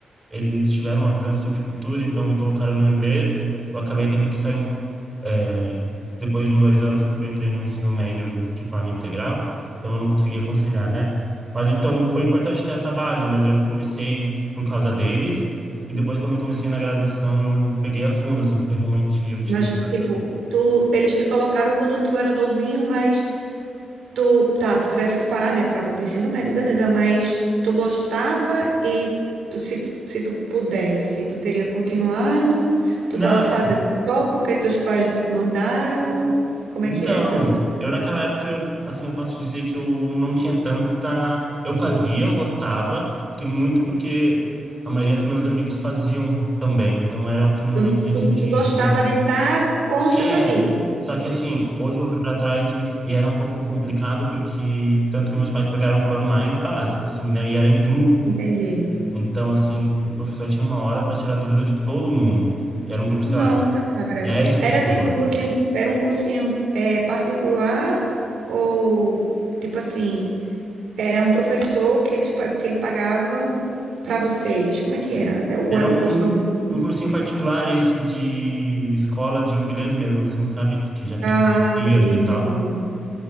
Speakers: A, on the right; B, on the right.
A: eles tiveram uma visão, assim, de futuro, então me colocaram no inglês. Eu acabei tendo que sair um, eh, depois de um, dois anos, porque eu entrei no ensino médio de forma integral, então eu não conseguia conciliar, né? Mas, então, foi importante ter essa base, mas eu comecei por causa deles. E depois, quando eu comecei na graduação, eu peguei a fundo, assim, porque realmente eu tinha
B: Mas tipo, tu eles te colocaram quando tu era novinho, mas tu, tá, tu tivesse que parar, né, por causa do ensino médio, beleza, mas tu gostava e tu, se, tu- se tu pudesse, tu teria continuado? Tu
A: Não,
B: tava fazendo só porque teus pais mandaram? Como
A: então,
B: é que era para tu?
A: eu naquela época, eu, assim, eu posso dizer que eu não tinha tanta. Eu fazia, eu gostava, porque muito porque a maioria dos meus amigos faziam também, então era aquele momento
B: Então, Tu,
A: de a
B: tu,
A: gente
B: tu
A: ir
B: gostava
A: junto.
B: de estar com os teus
A: É,
B: amigos.
A: só que assim, hoje eu olho pra trás e, e era um pouco complicado, porque tanto que meus pais pegaram o plano mais básico, assim, né, e era em grupo.
B: Entendi.
A: Então, assim, o professor tinha uma hora para tirar dúvida de todo mundo, e era um grupo,
B: Nossa,
A: sei lá, de
B: cara.
A: 10 pessoas.
B: Era tipo um cursinho, era um cursinho é, particular ou tipo assim, era um professor que eles pa- que ele pagavam para vocês. Como é que era? É, Ou
A: Era
B: era
A: um,
B: um curso normal assim?
A: um cursinho particular, esse de escola de inglês mesmo, assim, sabe? Que já tem
B: Ah,
A: franquias
B: entendi,
A: e tal.
B: entendi.